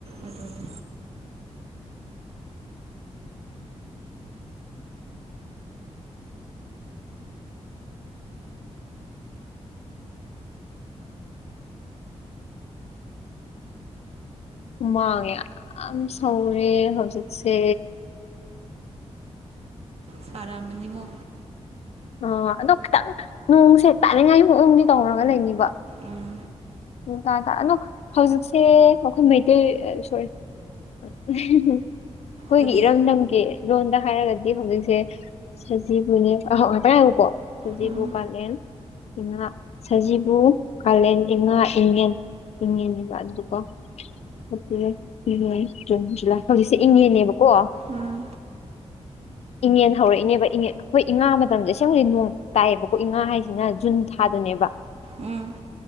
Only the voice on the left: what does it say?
ꯍꯨꯃꯥꯡꯉꯦ ꯌꯥꯝ ꯁꯧꯔꯦ ꯍꯧꯖꯤꯛꯁꯦ
ꯑꯣ ꯑꯗꯣ ꯈꯤꯇꯪ ꯅꯣꯡꯁꯦ ꯇꯥꯅꯤꯡꯉꯥꯏ ꯃꯑꯣꯡꯗꯤ ꯇꯧꯔꯒ ꯂꯩꯅꯤꯕ
ꯎꯝ ꯇꯥ ꯇꯥ ꯑꯗꯣ ꯍꯧꯖꯤꯛꯁꯦ ꯑꯩꯈꯣꯏ ꯃꯩꯇꯩ ꯁꯣꯔꯤ ꯑꯩꯈꯣꯏꯒꯤ
ꯏꯔꯝꯗꯝꯒꯤ ꯔꯣꯟꯗ ꯍꯥꯏꯔꯒꯗꯤ ꯍꯧꯖꯤꯛꯁꯦ ꯁꯖꯤꯕꯨꯅꯦ ꯉꯥꯛꯇ ꯍꯥꯏꯀꯣ ꯁꯖꯤꯕꯨ
ꯀꯥꯂꯦꯟ ꯥ ꯁꯖꯤꯕꯨ ꯀꯥꯂꯦꯟ ꯏꯉꯥ ꯍ ꯍꯅꯤꯕꯥꯗꯨꯀꯣ ꯑꯗꯨ ꯃ ꯖꯨꯟ ꯖꯨꯂꯥꯏ ꯍꯧꯣꯖꯤꯛꯁꯦ ꯏꯪꯉꯦꯅꯦꯕꯀꯣ ꯀꯣ
ꯏꯉꯟ ꯍꯧꯔꯛꯏꯅꯦꯕ ꯏ ꯑꯩꯈꯣꯏ ꯏꯉꯥ ꯃꯇꯝꯗ ꯏꯁꯦꯡ ꯍꯧꯖꯤꯛ ꯅꯣꯡ ꯇꯥꯏꯌꯦꯕꯀꯣ ꯏ ꯉꯉꯥ ꯍꯥꯏꯁꯤꯅ ꯖꯨꯟ ꯊꯥꯗ ꯕ